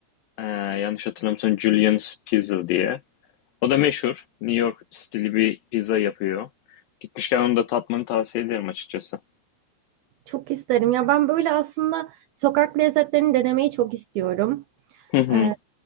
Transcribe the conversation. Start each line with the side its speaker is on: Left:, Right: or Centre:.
Left: Ee, yanlış hatırlamıyorsam Julian's Pizza diye. O da meşhur. New York stili bir pizza yapıyor. Gitmişken onu da tatmanı tavsiye ederim açıkçası.
Right: Çok isterim. Ya ben böyle aslında sokak lezzetlerini denemeyi çok istiyorum.
Left: Hı hı.
Right: Ee,